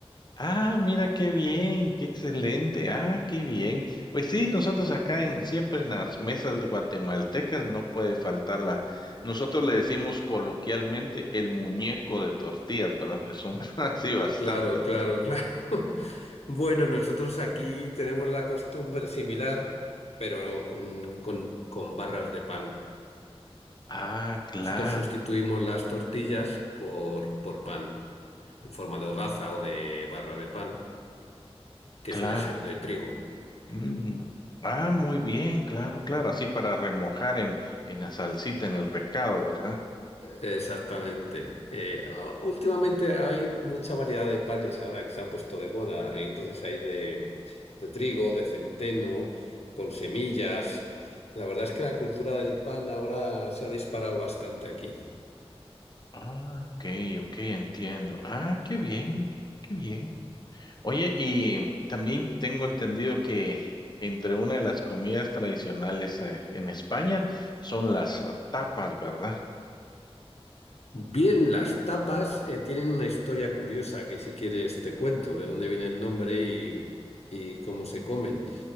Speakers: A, on the left; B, on the left.
A: Ah, mira qué bien, qué excelente. Ah, qué bien. Pues sí, nosotros acá en siempre en las mesas guatemaltecas no puede faltar la. Nosotros le decimos coloquialmente el muñeco de tortillas, ¿verdad? Porque son <laughs> así bastante,
B: Claro,
A: ¿verdad?
B: claro, claro. <laughs> Bueno, nosotros aquí tenemos la costumbre similar, pero mm, con con barras de pan.
A: Ah, claro,
B: Nosotros sustituimos las tortillas por, por pan, en forma de hogaza o de barra de pan, que
A: claro.
B: suele ser de trigo.
A: Mm. Ah, muy bien, claro, claro. Así para remojar en en la salsita, en el recado, ¿verdad?
B: Exactamente. Eh, ah, últimamente hay mucha variedad de panes ahora que se han puesto de moda. y Entonces hay de, de trigo, de centeno, con semillas. La verdad es que la cultura del pan ahora se ha disparado bastante aquí.
A: Ah, ok, ok, entiendo. Ah, qué bien, qué bien. Oye, y también tengo entendido que entre una de las comidas tradicionales eh, en España son las ah, tapas, ¿verdad?
B: Bien, las tapas eh, tienen una historia curiosa que si quieres te cuento de dónde viene el nombre y, y cómo se comen.